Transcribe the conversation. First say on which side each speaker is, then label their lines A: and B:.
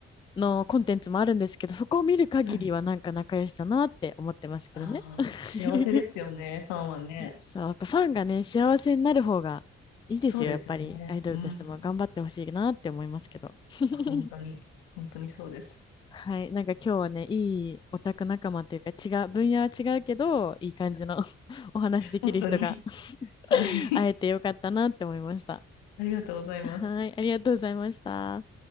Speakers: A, on the left; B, on the left.
A: のコンテンツもあるんですけど、そこを見る限りはなんか仲良しだなって思ってますけどね。
B: はい。ああ、
A: <laughs>
B: 幸せですよね、ファンはね。
A: そう、やっぱファンがね、幸せになる方がいいですよ、
B: そうですよね。
A: やっぱりアイドルとしても頑張ってほしいなって思いますけど。
B: うん。い
A: <laughs>
B: や本当に、本当にそうです。
A: はい。なんか今日はね、いいオタク仲間というか、違う、分野は違うけど、いい感じの <laughs> お話できる人が
B: 本当に。
A: <laughs>
B: はい。
A: 会えてよかったなって思いました。
B: <laughs> ありがとうございます。
A: はい。ありがとうございました。